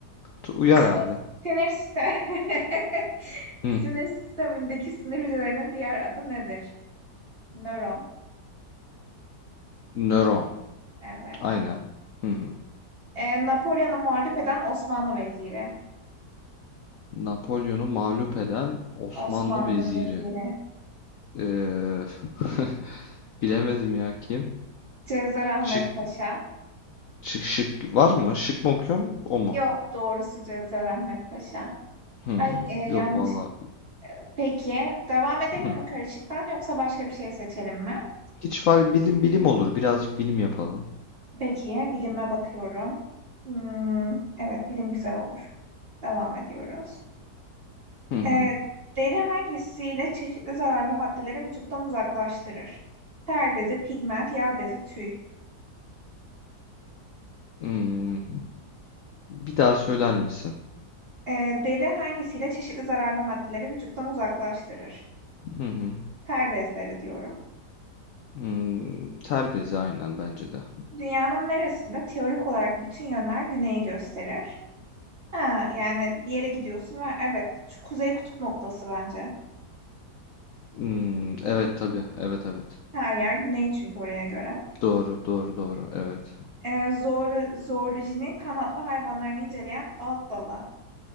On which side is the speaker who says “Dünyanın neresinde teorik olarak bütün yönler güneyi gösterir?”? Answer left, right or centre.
Right